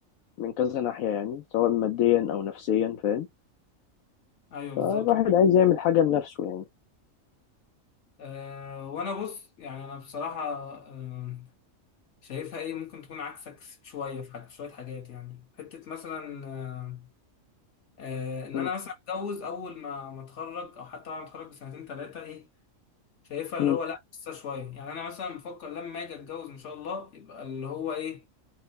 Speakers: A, on the left (about 80°); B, on the left (about 60°).
A: من كذا ناحية يعني سواء ماديا أو نفسيا فاهم
B: ايوه بالظبط
A: فالواحد عايز يعمل حاجة لنفسه يعني
B: أه وانا بص يعني انا بصراحه أه شايفها ايه ممكن تكون عكسك شويه في حاجة شويه حاجات يعني حته مثلا أه آه، ان
A: م-
B: انا مثلا اتجوز اول ما ما اتخرج او حتى بعد ما اتخرج بسنتين ثلاثه ايه شايفها
A: م-
B: اللي هو لا لسه شويه يعني انا مثلا بفكر لما اجي اتجوز ان شاء الله يبقى اللي هو ايه